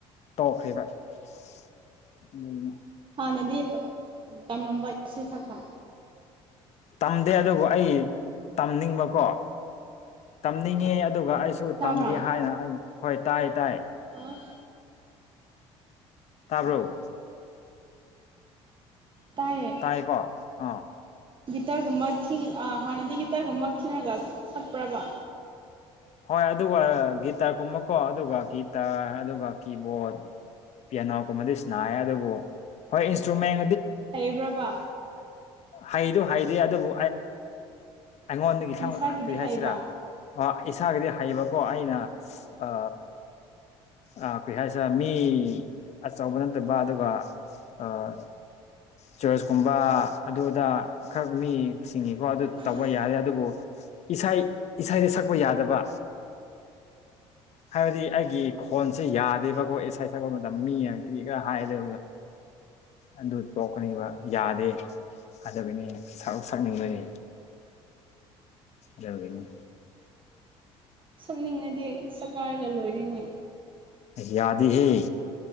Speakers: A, on the left; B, on the right.
A: ꯇꯣꯛꯈ꯭ꯔꯤꯕ ꯑꯗꯨ
B: ꯅꯦꯗꯤ ꯇꯔꯝꯕꯁꯦ ꯁꯄ
A: ꯇꯝꯗꯦ ꯑꯗꯨꯕꯨ ꯑꯩ ꯇꯝꯅꯤꯡꯕꯀꯣ ꯇꯝꯅꯤꯡꯉꯦ ꯑꯗꯨꯒ ꯑꯩꯁꯨ
B: ꯇꯥꯕ꯭ꯔꯥ
A: ꯇꯝꯒ ꯍꯥꯏꯅ ꯑꯩ ꯍꯣꯏ ꯇꯥꯏ ꯇꯥꯏ
B: ꯑꯣ
A: ꯇꯥꯕ꯭ꯔꯣ
B: ꯑꯣ ꯇꯥꯏꯌꯦ
A: ꯇꯥꯏꯀꯣ ꯑꯥ
B: ꯇꯔꯒ ꯃꯔꯊ ꯍꯅꯗꯤ ꯏꯗꯤꯒꯤꯇꯔꯒꯨꯝꯕ ꯈꯤꯠꯅꯒ ꯁꯠꯄ꯭ꯔꯕ
A: ꯍꯣꯏ ꯑꯗꯨꯒ ꯒꯤꯇꯔꯒꯨꯝꯕꯀꯣ ꯑꯗꯨꯒ ꯒꯤꯇꯔ ꯑꯗꯨꯒ ꯀꯤꯕꯣꯔꯠ ꯄꯤꯌꯥꯅꯣꯒꯨꯝꯕꯗꯤ ꯁꯅꯥꯏꯌꯦ ꯑꯗꯨꯕꯨ ꯍꯣꯏ ꯏꯟꯁꯇ꯭ꯔꯨꯃꯦꯟ
B: ꯍꯩꯕ꯭ꯔꯕ
A: ꯍꯩꯗꯨꯣ ꯍꯩꯗꯦ ꯑꯗꯨꯕꯨ ꯑꯩꯉꯣꯟꯗꯒꯤ ꯏꯁꯥꯃꯛ
B: ꯅꯁꯥꯒꯤꯗꯤ
A: ꯍꯛꯇ꯭ꯔꯤ ꯍꯥꯏꯁꯤꯔꯥ
B: ꯍꯩꯕ
A: ꯏꯁꯥꯒꯤꯗꯤ ꯍꯩꯌꯦꯕꯀꯣ ꯑꯩꯅ
B: ꯑꯣ
A: ꯑ ꯑ ꯀꯩ ꯍꯥꯏꯁ ꯃꯤ ꯑꯆꯧꯕ ꯅꯠꯇꯕ ꯑꯗꯨꯒ ꯑꯥ ꯆꯔꯆꯀꯨꯝꯕ ꯑꯗꯨꯗꯥ ꯈꯛ ꯃꯤ ꯆꯁꯤꯡꯉꯤꯀꯣ ꯑꯗꯨ
B: ꯑꯥ
A: ꯇꯧꯕ ꯌꯥꯗꯦ ꯑꯗꯨꯕꯨ ꯏꯁꯩ ꯏꯁꯩꯗ ꯁꯛꯄ ꯌꯥꯗꯕ ꯍꯥꯏꯕꯗꯤ ꯑꯩꯒꯤ ꯈꯣꯟꯁꯦ ꯌꯥꯗꯦꯕꯀꯣ ꯏꯁꯥꯏ ꯁꯛꯄ ꯃꯇꯝ ꯃꯤ ꯉꯛꯇꯤ ꯈꯔ ꯍꯥꯏꯗ ꯑꯗꯨ ꯇꯣꯛꯀꯅꯤꯕ ꯌꯥꯗꯦ ꯑꯗꯨꯕꯅꯤ ꯁꯛꯅꯤꯡꯕꯅꯤ ꯂꯒꯩꯅ
B: ꯁꯛꯅꯤꯡꯉꯗꯤ ꯁꯔꯀꯥꯔꯒ ꯂꯣꯏꯔꯤꯅꯦ
A: ꯌꯥꯗꯤ ꯍ